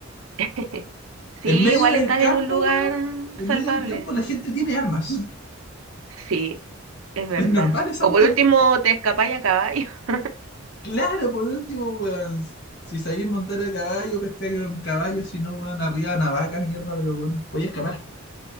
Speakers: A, on the right (about 80°); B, on the left (about 50°).
A: <laughs> Sí,
B: En medio
A: igual
B: del
A: estás
B: campo,
A: en un lugar
B: weón, en
A: salvable.
B: medio del campo la gente tiene armas. <laughs>
A: Sí, es verdad.
B: Es normal esa
A: O
B: weá.
A: por último, te escapáis a caballo. <laughs>
B: Claro, por último, weón. Si sabéis montar a caballo, pescáis en caballo, si no, weón, arriba de una vaca, mierda, pero weón, voy a escapar.